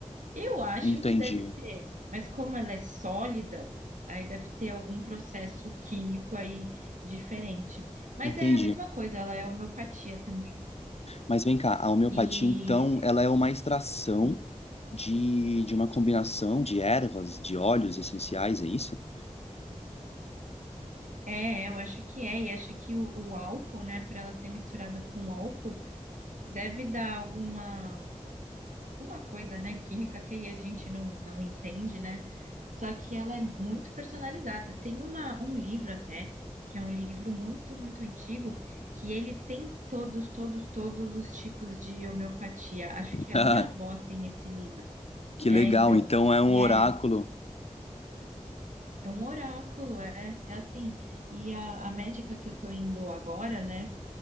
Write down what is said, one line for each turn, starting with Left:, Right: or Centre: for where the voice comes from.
Right: Eu acho
Left: Entendi,
Right: que deve ter, mas como ela é sólida, aí deve ter algum processo químico aí diferente. Mas
Left: entendi.
Right: é a mesma coisa, ela é homeopatia também.
Left: Mas vem cá, a homeopatia,
Right: E
Left: então, ela é uma extração
Right: hum,
Left: de, de uma combinação de ervas, de óleos essenciais, é isso? <laughs>
Right: é, eu acho que é, e acho que o, o álcool, né, por ela ser misturada com álcool, deve dar alguma uma coisa, né, química que a gente não, não entende, né? Só que ela é muito personalizada. Tem uma, um livro até, que é um livro muito, muito antigo, que ele tem todos, todos, todos os tipos de homeopatia. Acho que a
Left: Ah,
Right: minha avó tem esse livro.
Left: que
Right: É,
Left: legal,
Right: então,
Left: então é um
Right: e
Left: oráculo.
Right: é, é um oráculo, é, é assim. E a, a médica que eu tô indo agora, né?